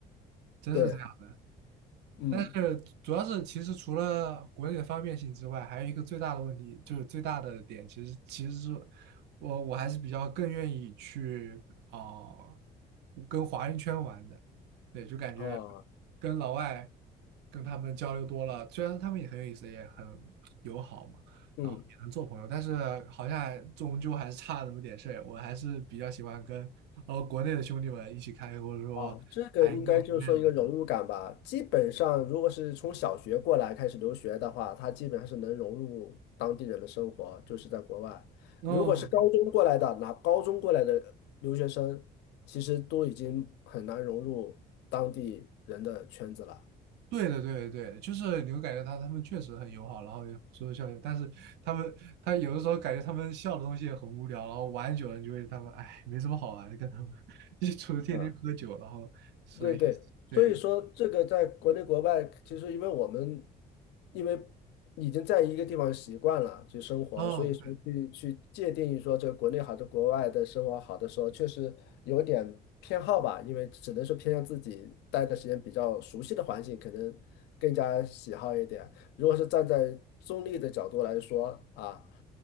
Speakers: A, on the right (about 80°); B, on the left (about 85°).
A: 真是这样。
B: 对，嗯，
A: 但是主要是，其实除了国内的方便性之外，还有一个最大的问题，就是最大的点，其实其实是我我还是比较更愿意去啊呃跟华人圈玩的，对，就感觉
B: 啊。
A: 跟老外跟他们交流多了，虽然他们也很有意思，也很友好嘛，
B: 嗯。
A: 然后也能做朋友，但是好像终究还是差那么点事儿，我还是比较喜欢跟呃国内的兄弟们一起开会，或者说谈一个国内的。
B: 啊，这个应该就是说一个融入感吧。基本上，如果是从小学过来开始留学的话，他基本上是能融入当地人的生活，就是在国外。
A: 嗯，
B: 如果是高中过来的，拿高中过来的留学生，其实都已经很难融入当地人的圈子了。
A: 对的，对的，对的，就是你会感觉他他们确实很友好，然后也说笑笑，但是他们他有的时候感觉他们笑的东西也很无聊，然后玩久了你就会他们哎没什么好玩的，跟他们 <laughs> 一除了天天喝酒，
B: 嗯。
A: 然后所以
B: 对对，
A: 对的，
B: 所以说这个在国内国外，其实因为我们因为已经在一个地方习惯了去生活，
A: 嗯，
B: 所以说去去界定说这个国内好的国外的生活好的时候，确实有点偏好吧，因为只能是偏向自己待的时间比较熟悉的环境，可能更加喜好一点。如果是站在中立的角度来说啊，